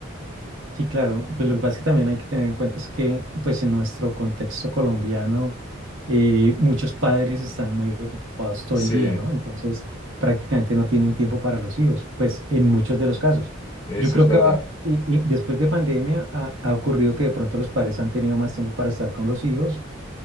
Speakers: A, on the right (about 70°); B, on the left (about 20°).
A: Sí, claro. Pues lo que pasa es que también hay que tener en cuenta es que, pues en nuestro contexto colombiano, eh, muchos padres están muy ocupados todo
B: Sí,
A: el día, ¿no? Entonces, prácticamente no tienen tiempo para los hijos, pues en muchos de los casos.
B: eso
A: Yo creo
B: es verdad.
A: que va- y- y después de pandemia ha, ha ocurrido que de pronto los padres han tenido más tiempo para estar con los hijos